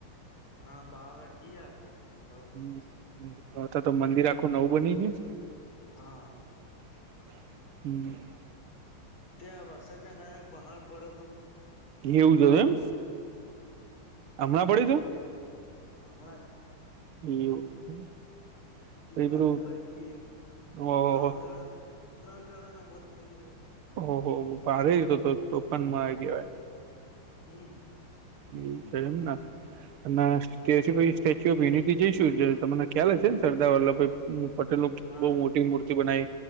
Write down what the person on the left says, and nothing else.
હા પાવાગઢ જઈએ આપડે. વડોદરા
સાઈડ
હા.
ત્યાં વરસાદના કારણે પહાડ પડ્યો
હત
<unintelligible>
હમણા જ.
દુકાન
દબાઈ ગઈ
ત્રણ જણા ત્રણ જણા ના મોત થઈ ગયા.
હમ.
હા